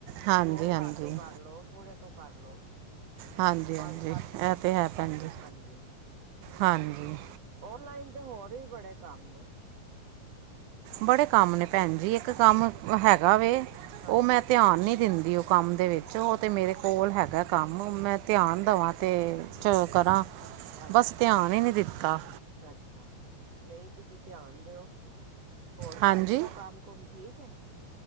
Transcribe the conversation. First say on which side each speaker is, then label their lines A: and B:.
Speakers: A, on the right; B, on the right.
A: ਹਾਂਜੀ
B: ਦੋ ਹਜ਼ਾਰ
A: ਹਾਂਜੀ
B: ਤੋਂ ਕਰ ਲਓ ਥੋੜੇ ਤੋਂ। ਕਰਲੋ।
A: ਹਾਂਜੀ
B: ਪੰਜ
A: ਹਾਂਜੀ
B: ਸੱਤ
A: ਇਹ
B: ਸੂਟਾਂ
A: ਤਾਂ ਹੈ
B: ਤੋਂ ਕਰਲੋ
A: ਭੈਣ ਜੀ
B: ਹਾਂਜੀ
A: ਹਾਂਜੀ
B: ਔਨਲਾਈਨ ਹੋਰ ਵੀ ਬੜੇ ਕੰਮ ਨੇ
A: ਬੜੇ ਕੰਮ ਨੇ ਭੈਣ ਜੀ। ਜੀ ਇੱਕ ਕੰਮ
B: ਹਾਂ,
A: ਹੈਗਾ ਵੇ
B: ਹਾਂਜੀ
A: ਉਹ ਮੈਂ ਧਿਆਨ ਨਹੀਂ ਦਿੰਦੀ ਦੀ ਉਹ ਕੰਮ ਦੇ ਵਿੱਚੋ ਉਹ ਤਾਂ ਮੇਰੇ ਕੋਲ ਹੈਗਾ। ਕੰਮ ਮੈਂ ਧਿਆਨ ਦੇਵਾਂ ਤੇ ਚਲ ਕਰਾਂ
B: ਅੱਛਾ-ਅੱਛਾ
A: ਬਸ ਧਿਆਨ ਹੀ ਨਹੀਂ ਦਿੱਤਾ
B: ਨਹੀਂ। ਤੁਸੀਂ ਧਿਆਨ ਦਿਓ। ਹੋਰ
A: ਹਾਂਜੀ
B: ਭਾਜੀ ਦਾ ਕੰਮ ਕੁਮ ਠੀਕ ਹੈ?